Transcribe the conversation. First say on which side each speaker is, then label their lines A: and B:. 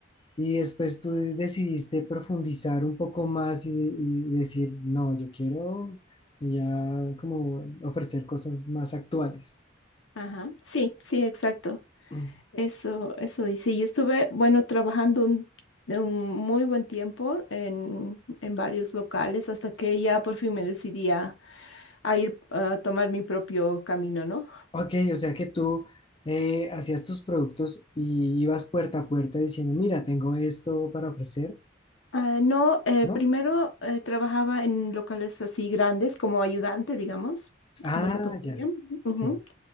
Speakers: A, on the left; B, on the left.
A: y después tú decidiste profundizar un poco más y, y decir, no, yo quiero ya como ofrecer cosas más actuales.
B: Ajá, sí, sí, exacto.
A: Mm.
B: Eso, eso hice. Y estuve, bueno, trabajando un, de un muy buen tiempo en, en varios locales hasta que ya por fin me decidí a, a ir a tomar mi propio camino, ¿no?
A: Ok, o sea que tú eh, hacías tus productos y ibas puerta a puerta diciendo, mira, tengo esto para ofrecer,
B: Ah, no, eh,
A: ¿no?
B: primero eh, trabajaba en locales así grandes como ayudante, digamos,
A: Ah,
B: de repostería.
A: ya,
B: Ujú.
A: sí